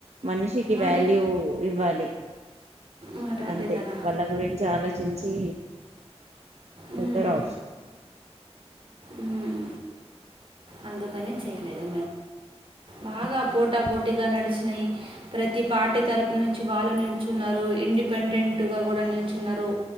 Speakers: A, on the right (about 75°); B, on the right (about 55°).
A: మనిషికి
B: మరి
A: వాల్యూ ఇవ్వాలి.
B: మరి అదే
A: అంతే
B: కదా
A: వాళ్ళ గురించి ఆలోచించి
B: ఉమ్,
A: బెటర్ ఆప్షన్
B: ఉమ్ అందుకని చేయలేదు
A: ఆప్షన్
B: బాగా పోటా పోటీగా నడిచినయి. ప్రతి పార్టీ తరపు నుంచి వాళ్ళు నిలుచున్నారు. ఇండిపెండెంట్ టు గా కూడా నిల్చున్నారు.